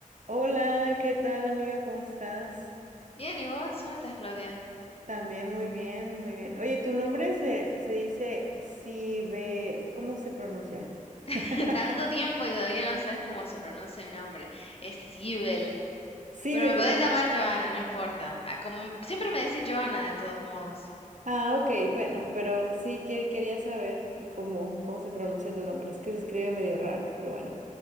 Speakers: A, on the right; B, on the left.
A: Hola, ¿qué tal amiga? ¿Cómo estás?
B: Bien, ¿y vos? ¿Cómo estás, Claudia?
A: También muy bien, muy bien. Oye, tu nombre se, se dice Sibe, ¿cómo se pronuncia? <laughs>
B: <laughs> Tanto tiempo y todavía no sabes cómo se pronuncia mi nombre. Es Sibel.
A: Sibel.
B: Pero me podés llamar Joana, no importa. Ah, como m- siempre me decís Joana, de todos modos.
A: Ah, ok, bueno, pero sí que quería saber eh, cómo, cómo se pronuncia tu nombre. Es que se escribe medio raro, pero bueno.